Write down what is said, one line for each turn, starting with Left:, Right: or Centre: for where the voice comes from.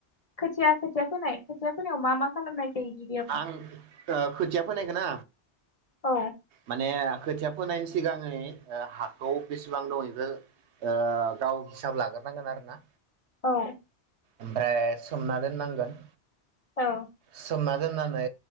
Left: खोथिया खोथिया फोनाय खोथियाव मा मा खालामनाय जायो गिबियावनो
Right: आं ओ खोथिया फोनायगोन ना
Left: औ
Right: माने खोथिया फोनायनि सिगांयै हाखौ बेसेबां दं इखो ओ गाव हिसाब लाग्रोनांगोन आरो ना।
Left: औ
Right: ओमफ्राय सोमना दोननांगोन
Left: औ
Right: सोमना दोननानै